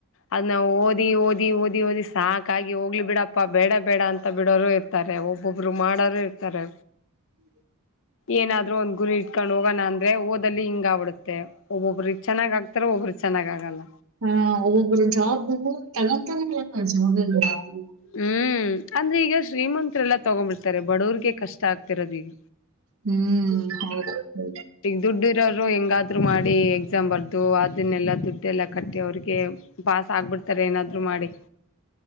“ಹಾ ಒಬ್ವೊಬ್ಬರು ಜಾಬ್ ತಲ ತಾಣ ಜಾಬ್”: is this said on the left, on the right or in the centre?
Right